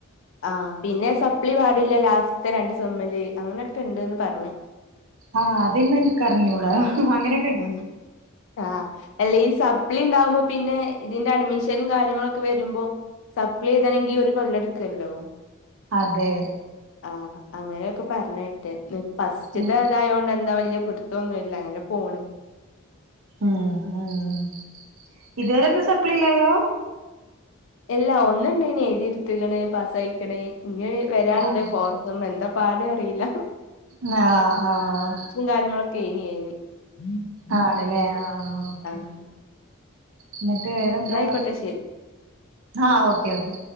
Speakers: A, on the left; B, on the right.
A: ആഹ പിന്നെ സപ്ലി പാടില്ല ലാസ്റ്റ് രണ്ട് സമ്മില്. അങ്ങനെയൊക്കെ ഇണ്ട്ന്ന് പറഞ്ഞ്.
B: ആഹ്, അതിന്നേ ഇനിക്കറിഞ്ഞൂടാ അങ്ങനെ.
A: ആഹ ആഹ അല്ല ഈ സ പ്പളീം ഇണ്ടാകുംബ പിന്നെ ഇതിന്റെ അഡ്മിഷനും കാര്യങ്ങളൊക്കെ വരുമ്പോ. സപ്ലൈ എയ്തണെങ്കിൽ ഒരു കൊല്ലടുക്കല്ലോ?
B: അതെ.
A: ആഹ്, അങ്ങനെയൊക്കെ പറഞ്ഞെട്ട് ഫസ്റ്റിത്തെതായോണ്ട്
B: ഉം
A: എന്താ വല്ല്യ ന്നുല്ല അങ്ങനെ പോണ്.
B: അഹ് ആ ഇതുവരെന്നും സപ്ലില്ലല്ലോ?
A: ഇല്ലാ ഒന്നുണ്ടയ്നി എഴുതി ഇട്ത്ക്ണ്. പാസ്സായിക്ണ്. ഇഞ്ഞ് വരാണ്ട്
B: ആഹ്
A: ഫോർ. നമ്മ എന്താ പാട്അറീല്ല.
B: ആഹ ആഹ
A: കാര്യങ്ങളൊക്കെ <unintelligible>
B: ആണ്ല്ലേ ആഹ, ഓക്കെ
A: ആഹ്
B: ഇന്നിട്ട് വേറെന്താ?
A: ന്നാ ആയിക്കോട്ടെ ശരി
B: ആഹ, ഓക്കേ, ഓക്കെ,